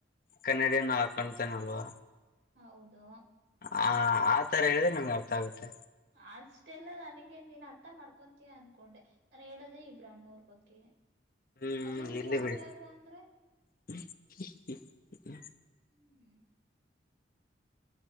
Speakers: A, on the left; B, on the right.
A: ಕನ್ನಡಿಯನ್ನು ಆಕಾಂತಾನಲ್ವ.
B: ಹೌದು.
A: ಹಾ ಆತರ ಹೇಳಿದ್ರೆ ನಂಗೆ ಅರ್ಥ ಆಗುತ್ತೆ.
B: ಅಷ್ಟೆಲ್ಲ ನನಗೆನ್ ನೀನ್ ಅರ್ಥ ಮಾಡ್ಕೊಂತೀಯ ಅನ್ಕೊಂಡೆ. ನಾನು ಹೇಳೋದೇ ಇಬ್ಬರು ಅಣ್ಣೋರು ಬಗ್ಗೆ.
A: ಹ್ಮ್
B: ಅದ್ರಲ್ಲೂ
A: ಇರ್ಲಿ
B: ಯಾರು
A: ಬಿಡಿ
B: ಯಾರು ಅಂದ್ರೇ.
A: <inaudible>
B: ಹೂ.